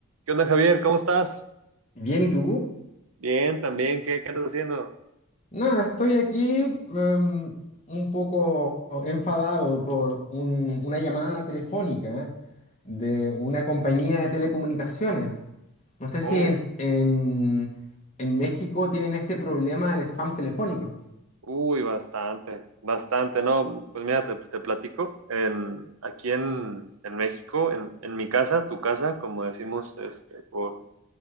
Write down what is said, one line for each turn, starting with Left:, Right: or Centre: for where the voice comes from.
Right: ¿Qué onda, Javier? ¿Cómo estás?
Left: Bien, ¿y tú?
Right: Bien, también. ¿Qué, qué andas haciendo?
Left: Nada, estoy aquí em, un poco enfadado por un- una llamada telefónica de una compañía de telecomunicaciones. No sé si
Right: Oh,
Left: en, en- en México tienen este problema del spam telefónico.
Right: uy, bastante, bastante. No, pues mira, te, te platico. En, aquí en, en México, en, en mi casa, tu casa, como decimos este, por